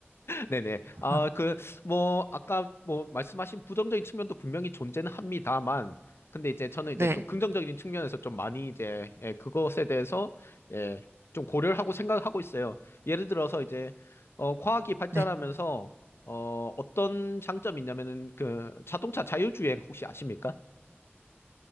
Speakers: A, on the left (about 65°); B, on the right (about 65°).
A: 네네.
B: <laughs>
A: 아, 그, 뭐, 아까 뭐, 말씀하신 부정적인 측면도 분명히 존재는 합니다만, 근데 이제 저는 이제
B: 네,
A: 좀 긍정적인 측면에서 좀 많이 이제, 예, 그것에 대해서, 예, 좀 고려를 하고 생각을 하고 있어요. 예를 들어서 이제, 어, 과학이 발전하면서,
B: 네.
A: 어, 어떤 장점이 있냐면은, 그, 자동차 자율주행 혹시 아십니까?